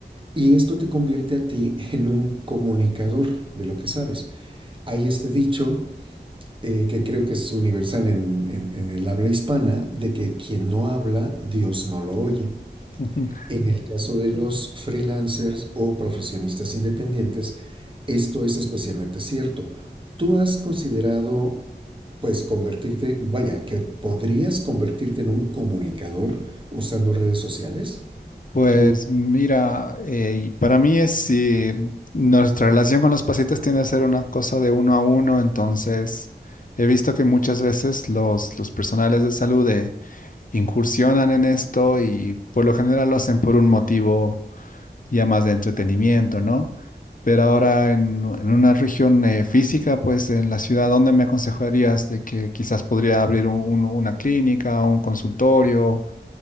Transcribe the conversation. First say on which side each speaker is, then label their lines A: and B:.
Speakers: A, on the right; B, on the left.
A: y esto te convierte a ti <laughs> en un comunicador de lo que sabes. Hay este dicho eh, que creo que es universal en, en, en el habla hispana, de que quien no habla, Dios no lo oye.
B: <laughs>
A: En el caso de los freelancers o profesionistas independientes, esto es especialmente cierto. ¿Tú has considerado, pues, convertirte, vaya, que podrías convertirte en un comunicador usando redes sociales?
B: Pues
A: Tú,
B: mira, eh, y para mí es si nuestra relación con los pacientes tiende a ser una cosa de uno a uno, entonces he visto que muchas veces los, los personales de salud eh, incursionan en esto y por lo general lo hacen por un motivo. ya más de entretenimiento, ¿no? Pero ahora en, en una región eh, física, pues en la ciudad, ¿dónde me aconsejarías de que quizás podría abrir un- un- una clínica, un consultorio